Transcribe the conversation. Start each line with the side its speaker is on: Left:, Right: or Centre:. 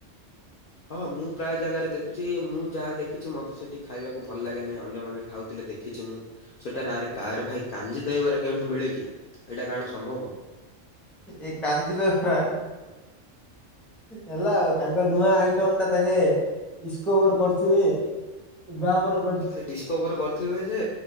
Left: ହଁ ମୁଁ ପ୍ରାୟ ଜାଗାରେ ଦେଖିଛି ମୁଁ ଯାହା ଦେଖିଛି ମତେ ସେଠି ଖାଇବାକୁ ଭଲ ଲାଗେ ନାହିଁ ଅନ୍ୟମାନେ ଖାଉ ଥିଲେ ଦେଖିଛି ମୁଁ ସେଟାରେ ଆରେ କରେ ଭାଇ କାଞ୍ଜି ଦହିବରା କେଉଁଠି ମିଳେ କି ଏଇଟା କାରଣ ସମ୍ଭବ
Centre: ଏ କାଞ୍ଜି ଦହିବରା ହେଲା ଆଉ ତାଙ୍କ ନୂଆ ଆଇଟମ ଟା ତାଙ୍କେ ଡିସକୋଭର କରିଥିବେ ଉଦ୍ଧାବନ
Left: ଆରେ ଡିସକଭର କରିଥିବେ ଯେ